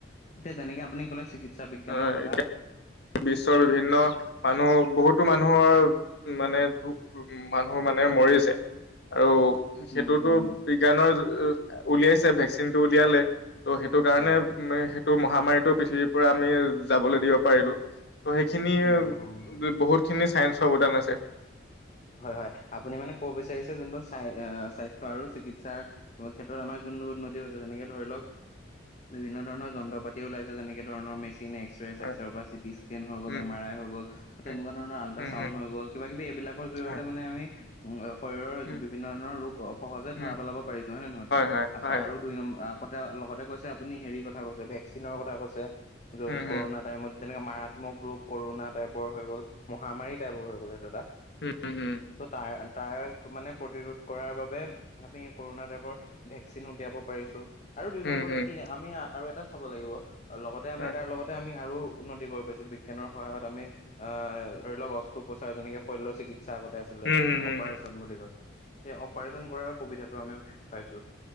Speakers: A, on the left; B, on the left.
A: এতিয়া যেনেকে আপুনি ক'লে চিকিত চিকিৎসা বিজ্ঞানৰ
B: অ'
A: কথা
B: বিশ্বৰ বিভিন্ন মানুহ বহুতো মানুহৰ মানে ধ উ মানুহ মানে মৰিছে আৰু সেইটোতো
A: উম, হুম, হুম,
B: বিজ্ঞানৰে যু উলিয়াইছে ভেকচিন টো উলিয়ালে। ত' সেইটো কাৰণে
A: হয়, হয়,
B: <unintelligible> মহামাৰীটো পৃথিৱীৰ পৰা আমি যাবলৈ দিব পাৰিলো। ত' সেইখিনি
A: উম, উম।
B: বহুত খিনি চাইন্সৰ অৱদান আছে।
A: হয়-হয়, আপুনি মানে ক'ব বিচাৰিছে যোনটো স্বাস্থ্য আৰু চিকিৎসাৰ ক্ষেত্ৰত আমাৰ যোন উন্নতি হৈছে, যেনেকে ধৰি লওক বিভিন্ন ধৰণৰ যন্ত্ৰ পাতি ওলাইছে যেনেকে ধৰণৰ মেচিন ইন এক্সৰে-ছেক্সৰে
B: হয়
A: পা চিটী স্কেন হৈ গ'ল,
B: উম
A: এম আৰ আই হৈ গ'ল ত' তেনুকুৱা
B: উম
A: ধৰণৰ আল্টাচাউণ্ড
B: উম হম
A: হৈ গ'ল, কিবা-কিবি এইবিলাক জৰিয়তে
B: হয়
A: মানে আমি উম অ শৰীৰৰ
B: উম
A: বিভিন্ন ধৰণৰ ৰোগ অ' সহজে
B: উম
A: ধৰা পেলাব পাৰিছো হয় নে নহয়,
B: হয়
A: আকৌ
B: হয়
A: আৰু দুই নম্বৰ আ ক'তে আউ লগতে কৈছে, আপুনি হেৰি কথা কৈছে, ভেকচিনৰ কথা কৈছে। য'ত
B: উম হম
A: কৰোণা টাইমত যেনেকে মাৰাত্মক ৰোগ কৰোণা টাইপৰ হৈ গ'ল মহামাৰী টাইপৰ হৈ গ'ল এইটো এটা।
B: উম-হুম।
A: তা তাক মানে প্ৰতিৰোধ কৰাৰ বাবে আমি কৰোণা টাইপৰ ভেকচিন উলিয়াব পাৰিছো। আৰু দুই
B: উম
A: নম্বৰ
B: উম
A: এটা
B: উম
A: থিং আ আমি আৰু এটা ব লাগিব লগতে আমি
B: হয়
A: তাৰ লগতে আমি আৰু উন্নতি কৰিব পাইছো বিজ্ঞানৰ সহায়ত আমি, আহ ধৰি লওক অস্ৰোপচাৰ যেনেকে শল্য চিকিৎস কিৎসা আগতে আছিলে,
B: উম হম হম
A: অপাৰেচন
B: হম
A: বুলি কয়। সেই অপাৰেচন কৰাৰ সুবিধাটো আমি পাইছো।